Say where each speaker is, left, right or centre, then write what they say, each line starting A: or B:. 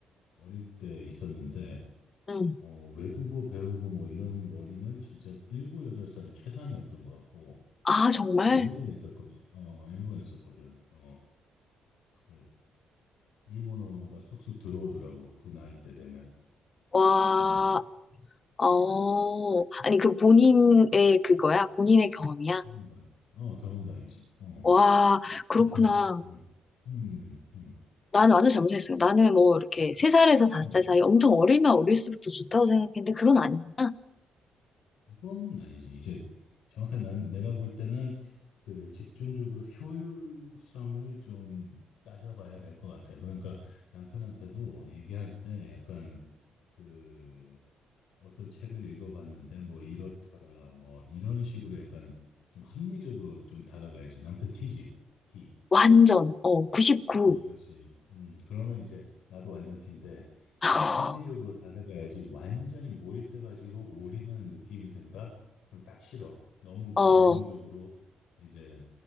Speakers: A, on the left; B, on the left.
A: 어릴 때 있었는데,
B: 응.
A: 어, 외국어 배우고 뭐 이런 머리는 진짜 일곱, 여덟 살이 최상이었던 것 같고,
B: 아, 정말?
A: 네, 일본에 있었거든. 어, 어, 일본에 있었거든. 어, 그, 일본어가 쑥쑥 들어오더라고. 그 나이 때 되면.
B: 와,
A: 어,
B: 어, 아니, 그 본인의 그거야? 본인의 경험이야?
A: 경험담. 어, 경험담이지. 어,
B: 와, 그렇구나.
A: 좀, 음, 음, 음,
B: 나는 완전 잘못했어요. 나는 뭐 이렇게 세살에서 다섯
A: 음.
B: 살 사이 엄청 어리면 어릴수록 더 좋다고 생각했는데 그건 아니구나.
A: 그거는 아니지. 이제 정확한 난, 내가 볼 때는 그 집중적으로 효율성을 좀 따져봐야 될 것 같아. 그러니까 남편한테도 얘기할 때 약간 그 어떤 책을 읽어봤는데 뭐 이렇더라 뭐 이런 식으로 약간 좀 합리적으로 좀 다가가야지. 남편 티지. 티.
B: 완전, 어, 99.
A: 어, 그렇지. 음, 그러면 이제 나도 완전 T인데
B: <laughs>
A: 이제 합리적으로 다가가야지 완전히 몰입해가지고 올인하는 느낌이 든다? 그럼 딱 싫어. 너무
B: 어,
A: 감정적으로 이제